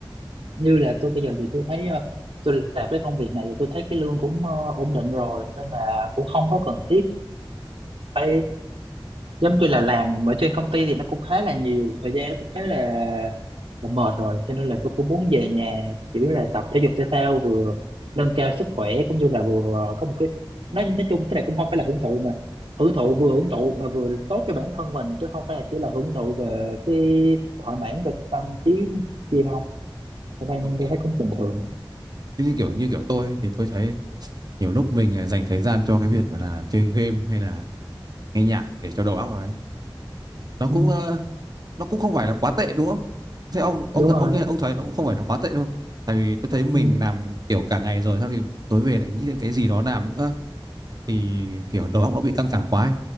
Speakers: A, on the right; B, on the right.
A: như là tôi bây giờ thì tôi thấy ờ, tôi làm cái công việc này thì tôi thấy cái lương cũng ờ, ổn định rồi nên là cũng không có cần thiết phải giống như là làm ở trên công ty thì nó cũng khá là nhiều thời gian nó cũng khá là đã mệt rồi cho nên là tôi cũng muốn về nhà chỉ là tập thể dục thể thao vừa nâng cao sức khỏe cũng như là vừa ờ, có một cái nói nói chung cái này cũng không phải là hưởng thụ mà hưởng thụ vừa hưởng thụ mà vừa tốt cho bản thân mình chứ không phải là chỉ là hưởng thụ về cái thỏa mãn về tâm trí gì không cho nên
B: Ờ,
A: tôi
B: ý-
A: thấy cũng bình thường
B: Thế như kiểu như kiểu tôi ấy, thì tôi thấy nhiều lúc mình ờ, dành thời gian cho cái việc gọi là chơi game hay là nghe nhạc để cho đầu óc nó ấy. Nó cũng
A: ừ,
B: ờ, nó cũng không phải là quá tệ đúng không? Thế ông ông
A: đúng rồi
B: ông ông thấy nó cũng không phải là quá tệ đâu. Tại vì tôi thấy mình
A: ừ,
B: làm kiểu cả ngày rồi xong thì tối về lại nghĩ đến cái gì đó làm nữa thì kiểu đầu óc nó bị căng thẳng quá ấy.